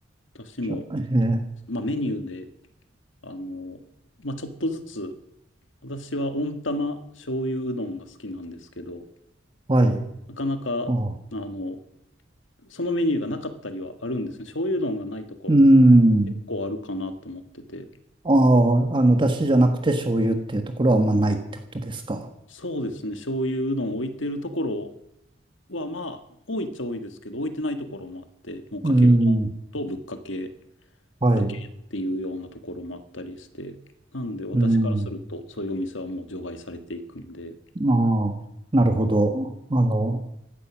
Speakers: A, on the left; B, on the right.
A: 私も、
B: じゃえー
A: まあメニューで、あの、まあちょっとずつ、私は温玉醤油うどんが好きなんですけど、
B: はい。
A: なかなか、
B: あ、
A: あの、そのメニューがなかったりはあるんですね。醤油うどんがないところ
B: うん。
A: 結構あるかなと思ってて。
B: ああ、あの、出汁じゃなくて醤油っていうところはあんまないってことですか。
A: そうですね、醤油うどん置いてるところは、まあ多いっちゃ多いですけど、置いてないところもあって、もうかけうどんとぶっかけ
B: うん。はい。
A: だけっていうようなところもあったりして、なんで私からすると、
B: うん。
A: そういうお店はもう除外されていくんで、
B: ああ、なるほど。あの、